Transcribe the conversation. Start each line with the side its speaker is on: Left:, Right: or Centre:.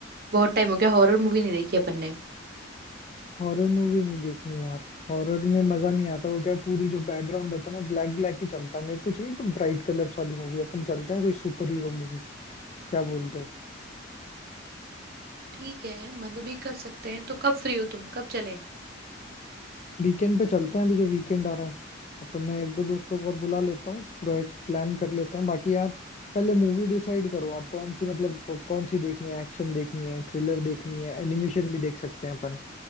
Right: बहुत टाइम हो गया हॉरर मूवी नहीं देखी अपन ने
Left: हॉरर मूवी नहीं देखनी यार हॉरर में मजा नहीं आता वो क्या है, पूरी जो बैकग्राउंड होता है ना ब्लैक ब्लैक ही चलता है मेरे को चाहिए एकदम ब्राइट कलर्स वाली मूवी अपन चलते हैं कोई सुपर हीरो मूवी क्या बोलते हो
Right: ठीक है मतलब ये कर सकते हैं तो कब फ्री हो तुम कब चलें
Left: वीकेंड पे चलते हैं अभी जो वीकेंड आ रहा है अपन मैं एक दो दोस्तों को और बुला लेता हूँ पूरा एक प्लान कर लेते हैं बाकी यार पहले मूवी डिसाइड करो आप कौन सी मतलब कौ- कौन सी देखनी है एक्शन देखनी है थ्रिलर देखनी है एनिमेशन भी देख सकते हैं अपन